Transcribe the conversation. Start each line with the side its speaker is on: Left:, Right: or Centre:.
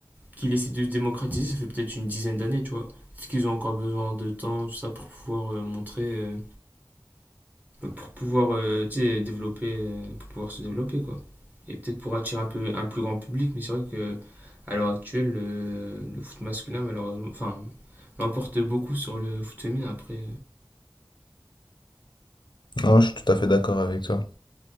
Right: qu'il essaie de se démocratiser, ça fait peut-être une dizaine d'années, tu vois. Peut-être qu'ils ont encore besoin de temps, tout ça, pour pouvoir euh, montrer, euh, pour pouvoir, euh, tu sais, développer, euh, pour pouvoir se développer, quoi. Et peut-être pour attirer un peu un plus grand public, mais c'est vrai que à l'heure actuelle, le, le foot masculin, malheureusement, enfin, l'emporte beaucoup sur le foot féminin, après, euh,
Left: Non, je suis tout à fait d'accord avec toi.